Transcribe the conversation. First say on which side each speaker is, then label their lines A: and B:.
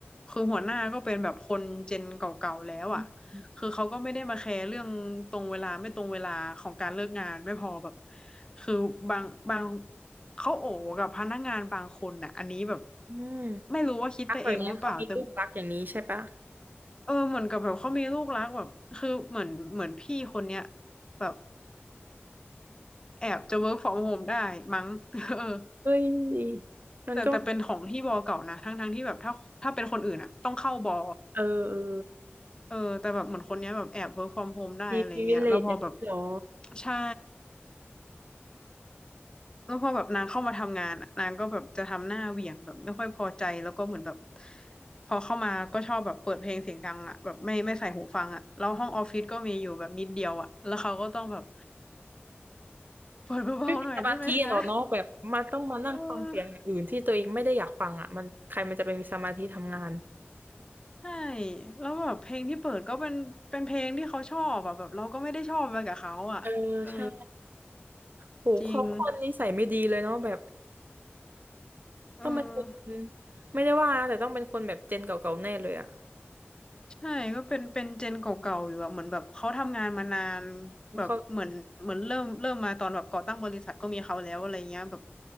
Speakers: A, on the left; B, on the right.
A: คือหัวหน้าก็เป็นแบบคนเจนเก่าๆแล้วอะ
B: อืม
A: คือเขาก็ไม่ได้มาแคร์เรื่องตรงเวลาไม่ตรงเวลาของการเลิกงานไม่พอแบบคือบางบางเขาโอ๋กับพนักงานบางคนน่ะอันนี้แบบ
B: อืม
A: ไม่รู้ว่าคิดไปเองหรือเปล่าแต่
B: รักแบบเนี้ยเขามีรูปลักษณ์อย่างนี้ใช่ปะ
A: เออเหมือนกับแบบเขามีลูกรักแบบคือเหมือนเหมือนพี่คนเนี้ยแบบแอบจะ work from home ได้มั้ง <laughs> เออ
B: เฮ้ยมันก็
A: แต่แต่เป็นของที่บอเก่านะทั้งทั้งที่แบบถ้าถ้าเป็นคนอื่นอะต้องเข้าบอ
B: เออเออ
A: เออแต่แบบเหมือนคนเนี้ยแบบแอบ work from home ได้อะไรเงี้ยแล้วพอแบบ
B: มี privilege เนี่ยหรอ
A: ใช่แล้วพอแบบนางเข้ามาทำงานอะนางก็แบบจะทำหน้าเหวี่ยงแบบไม่ค่อยพอใจแล้วก็เหมือนแบบพอเข้ามาก็ชอบแบบเปิดเพลงเสียงดังอะแบบไม่ไม่ใส่หูฟังอะแล้วห้องออฟฟิศก็มีอยู่แบบนิดเดียวอะแล้วเขาก็ต้องแบบเปิดเบาๆหน่อยได้ไหมคะ
B: ไม่มีสมาธิหรอกเนาะแบบมันต้องมานั่งฟังเสียงอย่างอื่นที่ตัวเองไม่ได้อยากฟังอ่ะมันใครมันจะไปมีสมาธิทำงาน
A: เออ ใช่แล้วแบบเพลงที่เปิดก็เป็นเป็นเพลงที่เขาชอบอะแบบเราก็ไม่ได้ชอบไปกับเขาอะเออ
B: เออใช่โหเขาคนนิสัยไม่ดีเลยเนาะแบบ
A: จริงเออ
B: ต้องเป็นคนไม่ได้ว่านะแต่ต้องเป็นคนแบบเจนเก่าๆแน่เลยอ่ะ
A: ใช่ก็เป็นเป็นเจนเก่าๆอยู่อะเหมือนแบบเขาทำงานมานานแบบเหมือนเหมือนเริ่มเริ่มมาตอนแบบก่อตั้งบริษัทก็มีเขาแล้วอะไรเงี้ยแบบ
B: เขา